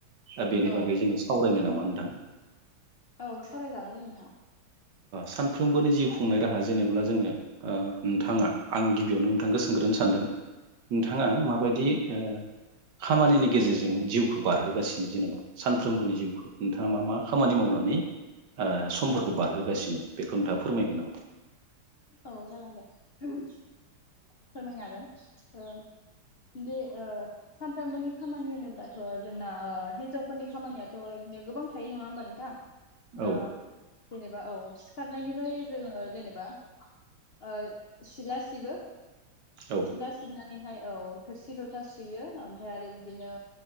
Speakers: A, on the right; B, on the left.
A: दा बेनि
B: औ
A: बागै जोङो सावरायनो नामा? <unintelligible>
B: औ सावरायजागोन दे नोंथां।
A: सानफ्रोमबोनि जिउ खुंनाय राहा जेनेब्ला जोङो ओ नोंथाङा
B: उम
A: आं बेयावनो नोंथांखौ सोंग्रोनो सानदों नोंथाङा माबायदि ओ खामानिनि गेजेरजों जिउखौ बारहोगासिनो जेनेबा सानफ्रोमबोनि जिउखौ नोंथाङा मा मा खामानि मावनानै ओ समफोरखौ
B: औ
A: बारहो बेखौ नोंथाङा फोरमायगोन नामा?
B: औ जागोन दे फोरमायनो हागोन ओ दे ओ सानफ्रोमबोनि खामानि होनोब्लाथ' जोंना हिनजावफोरनि खामानियाथ' इदिनो गोबां थायो नङा होमबा नोंथां? ओ
A: औ
B: जेनेबा औ सिखार नायनिफ्राय जोङो जेनेबा ओ सिला सिबो।
A: औ
B: सिला सिबनानै ओमफाय औ थोरसि लथा सुयो ओमफाय आरो बिदिनो